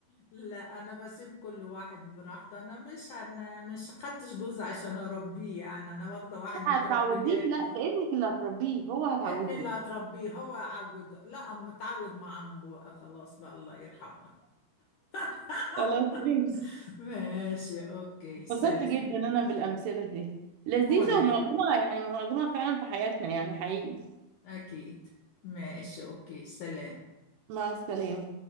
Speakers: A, on the left; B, on the right.
A: لا انا بسيب كل واحد براحته انا مش انا مش خدتش جوز عشان اربيه يعني انا واخده واحد
B: <laughs>
A: متربي
B: هتعوديه
A: جاهز
B: لا ده ابنك اللي هتربيه هو هتعوديه
A: ابني اللي هتربيه هو عوده لا اما اتعود مع عمه بقى خلاص بقى الله يرحمه <laughs>
B: خلاص ماشي.
A: ماشي اوكي
B: اتبسطت
A: سلام
B: جدا انا بالأمثلة دي لذيذة
A: وانا
B: ومعظمها
A: كده
B: يعني معظمها فعلا في حياتنا يعني حقيقي
A: اكيد ماشي اوكي سلام
B: مع السلامة